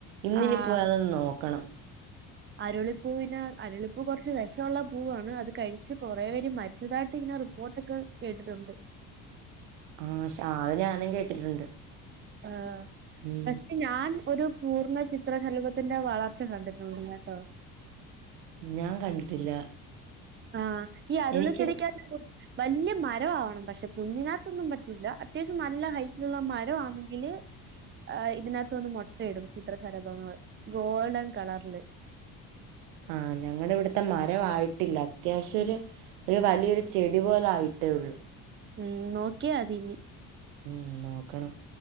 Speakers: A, on the right; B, on the right.
A: ഇന്നിനിപ്പം
B: ആഹ്
A: അതൊന്ന് നോക്കണം
B: അരുളിപ്പൂവിന് അരുളിപ്പൂ കൊറച്ച് വെ ശൊള്ള പൂവാണ് അത് കഴിച്ച് കൊറേ പേര് മരിച്ചതായിട്ട് ഇങ്ങനെ റി പ്പോട്ടൊക്കെ കേട്ടിട്ടുണ്ട്
A: ആഹ് ശെ ആ അത് ഞാനും കേട്ടിട്ടുണ്ട്
B: ആഹ് <unintelligible>
A: ഉം.
B: ഞാൻ ഒരു പൂർണ്ണ ചിത്രശലഭത്തിന്റെ വളർച്ച കണ്ടിട്ടുണ്ട് കേട്ടോ
A: ഞാ കണ്ടിട്ടില്ല
B: ആഹ് ഈ അരുളി
A: എനിക്ക്
B: ചെടിക്കകത് വല്ല്യ മരം ആവണം പക്ഷെ കുഞ്ഞിനകത്തൊന്നും പറ്റൂല്ല അത്യാവശ്യം നല്ല ഹൈറ്റിലുള്ള മരം വാണെങ്കില് ആഹ് ഇതിനകത്തൊന്ന് മുട്ടയിടും ചിത്രസരഭങ്ങള് ഗോൾഡൻ കളർല്
A: ആഹ് ഞങ്ങടെ ഇവിടെ മരവായിട്ടില്ല അത്യാവശ്യം ഒര് ഒര് വലിയൊരു ചെടി പോലെ ആായിട്ടേ ഒള്ളൂ
B: ഉം നോക്ക്യ അതീനി
A: ഉം നോക്കണം